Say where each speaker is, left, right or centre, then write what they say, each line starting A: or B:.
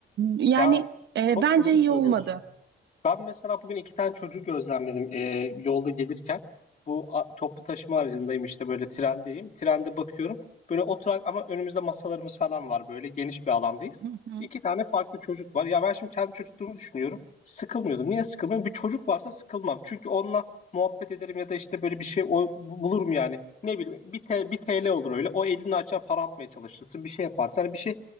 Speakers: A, on the right; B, on the left.
A: Yani
B: Ya
A: e,
B: çok
A: bence
B: doğru
A: iyi
B: söylüyorsun.
A: olmadı.
B: Ben mesela bugün iki tane çocuğu gözlemledim e, yolda gelirken. Bu a- toplu taşıma aracındayım işte böyle trendeyim. Trende bakıyorum. Böyle oturak ama önümüzde masalarımız falan var. Böyle geniş bir alandayız.
A: Hı hı.
B: İki tane farklı çocuk var. Ya ben şimdi kendi çocukluğumu düşünüyorum. Sıkılmıyordum. Niye sıkılmıyorum? Bir çocuk varsa sıkılmam. Çünkü onunla muhabbet ederim ya da işte böyle bir şey o, bu- bulurum yani. Ne bileyim bir, te- bir TL olur öyle. O elini açar para atmaya çalışırsın. Bir şey yaparsan bir şey